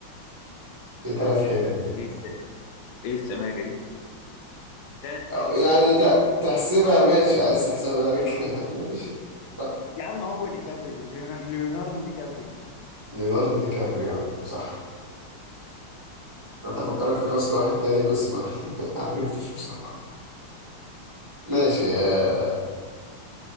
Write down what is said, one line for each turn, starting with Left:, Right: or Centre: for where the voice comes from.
Right: ايه تلات حتت دي
Left: ايه الس- ايه السماجة دي ثلاث
Right: أو
Left: كلمات
Right: يعني تع- تحسبها ماشي عايز تحسبها ده الكلمات <laughs> ماشي براحتك.
Left: يا عم هو ديكابريو ليوناردو ديكابريو
Right: ليوناردو دي كابريو يا عم صح كنت أفكرك في كاست واحد تاني بس ما <laughs> ما عرفتش بصراحة ماشي آه،